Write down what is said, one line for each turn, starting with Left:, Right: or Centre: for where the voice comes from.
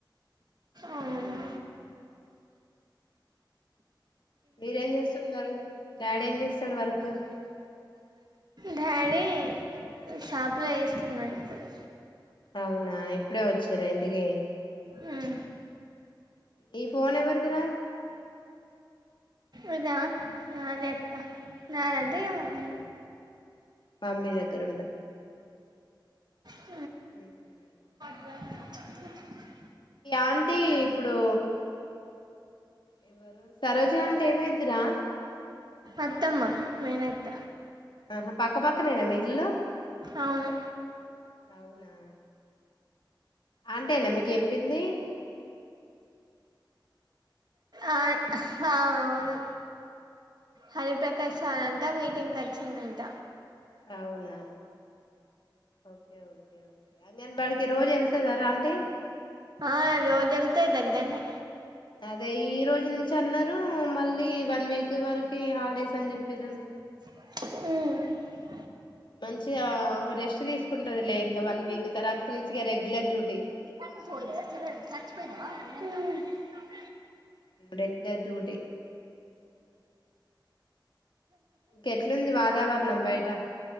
Right: అవును
Left: మీరేం చేస్తున్నారు డాడీ ఏం చేస్తాడు వర్క్
Right: డాడీ షాప్లో చేస్తున్నాడు ఇప్పుడు
Left: అవునా ఇప్పుడే వచ్చి చెర ఇంటికి
Right: హమ్
Left: ఈ ఫోన్ ఎవరిది రా
Right: అదా నాదే అక్క నాదంటే
Left: నీదేనా
Right: మా మమ్మీ
Left: మమ్మీ దగ్గర
Right: హమ్
Left: హమ్
Right: <unintelligible>
Left: ఆంటీ ఇప్పుడు ఎ సరోజ అంటే ఏమై రా
Right: అత్తమ్మా మేనేత్త
Left: ఆహా పక్క పక్కనేేనామీ ఇల్లు
Right: అవును
Left: అవునా అంటేనా మీకు చెప్పింది
Right: ఆ ఆ అవును హరిప్రకాశ్ సార్ అంట మీటింగ్ క వచ్చిండంట
Left: అవునా ఒకే ఒకే అంగన్వాడికి రోజు వేల్ ళ్తదారా ఆంటీ
Right: ఆ రోజు వెళ్తది దగ్గనే
Left: అదే ఈ రోజు నుంచి అన్నారు మళ్ళీ వన్ వీక్ వరకి ఇగ హాలిడేస్ అని చెప్పిర్రంట
Right: మ్మ్
Left: మంచిగా రెస్ట్ తీసుకుంటదిలే ఇంకా వన్ వీక్ తర్వాతి నుంచి ఇగ రెగ్యులర్ డ్యూటీ
Right: మ్మ్
Left: రెగ్యులర్ డ్యూటీ ఇంక ఎట్లుంది వాతావరణం బయట ట